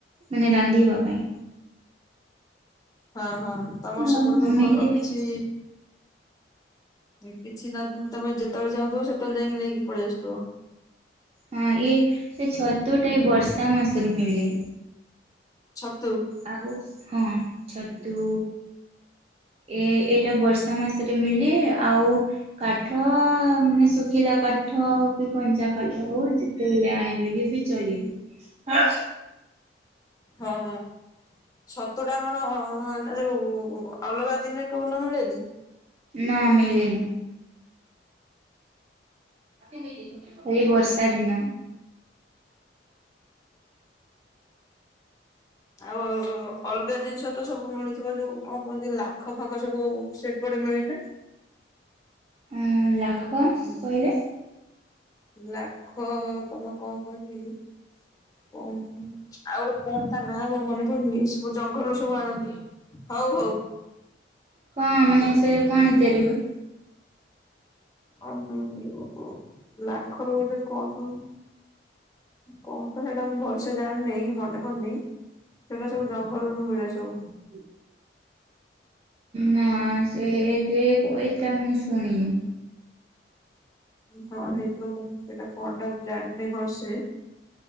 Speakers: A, on the right (about 35°); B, on the left (about 20°).
A: ମାନେ ରାନ୍ଧିବା ପାଇଁ।
B: ହଁ ହଁ ତମର
A: ଆଉ
B: ସେପଟ ତ ଭଲ
A: ମିଲେ
B: କିଛି କିଛି ନା ତମେ ଯେତେବେଳେ ଚାହୁଥିବ ସେତେବେଳେ ଯାଇକି ନେଇକି ପଳେଇ ଆସୁଥିବ।
A: ହଁ ଏ ସେ ଛତୁଟା ଏ ବର୍ଷା ମାସରେ ମିଳେ।
B: ଛତୁ।
A: ଆଉ ହଁ ଛତୁ ଏ ଏଇଟା ବର୍ଷା ମାସରେ ମିଳେ ଆଉ କାଠ ମାନେ ଶୁଖିଲା କାଠ କି କଞ୍ଚା କାଠ ହଉ। ଯେତେବେଲେ ଆଣିବି ଲେ ବି ଚଳିବି।
B: ହଁ ହଁ ଛତୁ ଟା କଣ ମରୁ ଯୋଉ ଅଲଗା ଦିନରେ କଉନା ମିଳେନି?
A: ନା ମିିଲନି ଏଇ ବର୍ ସରି ନ <inaudible>
B: ଆଉ ଅଲଗା ଜିନିଷ ତ ସବୁ ମିଳିଥିବ ଯୋଉ କଣ କୁହନ୍ତି ଲାଖ ଫାଖ ସବୁ ସେପଟେ ମିଳେ ନା?
A: ହଁ ଲାଖ
B: ହୁଁ।
A: କହିଲେ?
B: ଲାଖ ତମର କଣ କୁହନ୍ତି କ ଆଉ ଗୋଟେ କଣ ତା ନା ମୋର ମନେ ପଡୁନି, ସବୁ ଜଙ୍ଗଲରୁ ସବୁ ଆଣନ୍ତି ହଉ ହଉ।
A: କଣ ମାନେ ସେ କଣ ତିଆରି ହୁଏ?
B: ହ ଯଉ ଲାଖରୁ ଗୋଟେ କଣ ସବୁ କଣ ତ ସେଇଟା ମୁଁ ଭଲସେ ଜାଣିିନହିଁ, ମନେ ପଡନି ସେଇଟା ସବୁ ଜଙ୍ଗଲରୁୁ ମିଳେ ସବୁ।
A: <unintelligible> ନା ସେ ଏଇଟା କଇଟା ମୁଁ ଶୁଣିନି।
B: ହଁ ହେଇଥିବ ମୁଁ ସେଇଟା କଣଟା ମୁଁ ଜାଣିନି ଭଲ ସେ।